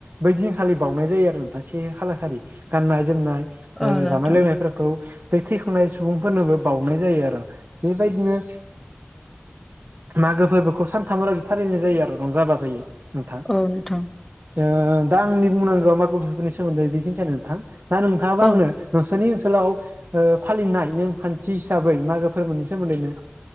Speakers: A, on the right; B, in the centre.
A: बै दिनखालि बावनाय जायो आरो नोंथां से खालार खालि गाननाय जोमनाय
B: औ
A: ओ
B: नोंथां
A: जानाय लोंनायफोरखौ बे थि बुंनाय सुबुंफोरनोबो बावउनाय जायो आरो बेबायदिनो मागो फोरबोखौ सानथामहालागै फालिनाय जायो आरो रंजाबा जायोय। नोंथां
B: औ नोंथां
A: ओ दा आंनि बुंनांगौआ मागो बिथफोरनि सोमोन्दै बेखिनियानो नोंथां। दा नोंथाङाबा
B: औ
A: आंनो नोंसोरनि ओनसोलाव ओ फालिनाय नेमखान्थि हिसाबै मागो फोरबोनि सोमोन्दैनो